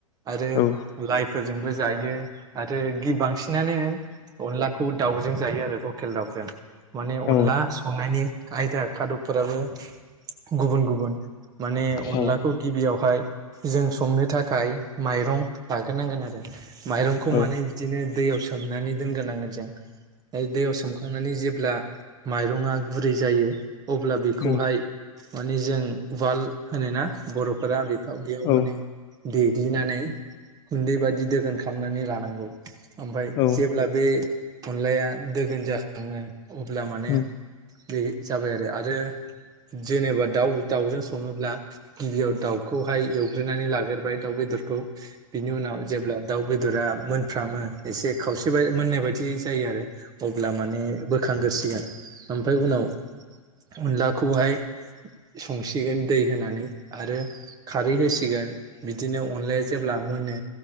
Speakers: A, on the right; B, on the left.
A: आरो
B: औ
A: लायफ फोरजोंबो जायो आरो गि बांसिनानो अनलाखौ दाउजों जायो आरो लकेल दाउ। जों माने अनला
B: औ
A: संनायनि कायदा खादबफोराबो गुबुन गुबुन माने अनलाखौ
B: औ औ
A: गिबियावहाय जों संनो थाख खाय माइरं लाग्रोनांगोन आरो माइरंखौ
B: औ
A: माने बिदिनो दैयाव सोमनानै दोनग्रोनांगोन जों ए दैयाव सोमखांनानै जेब्ला माइरं आ गुरै जायो अब्ला बेखौहाय
B: औ
A: माने जों वाल होनोना बर'फोरा बेखौ बेयाव
B: औ
A: माने देग्लिनानै गुन्दै बादि दोगोन खामनानै लानांगौ। ओमफाय
B: औ
A: जेब्ला बे अनलाया दोगोन जाखाङो अब्ला माने
B: औ
A: बे जाबाय आरो आरो जेनेबा दाउ दाउजों सङोब्ला गिबियाव दाउखौहाय बे एवग्रोनानै लाग्रोबबाय दाउ बेदरखौ बिनि उनाव जेब्ला दाउ बे दरा मोनफ्रामो एसे खावसे मोननाय बायदि जायो आरो अब्ला मान बो खांग्रोसिगोन ओमफ्राय उनाव अनलाखौहाय संसिगोन दै होनानै आरो खारै होसिगोन बिदिनो अनलाया जेब्ला मोनो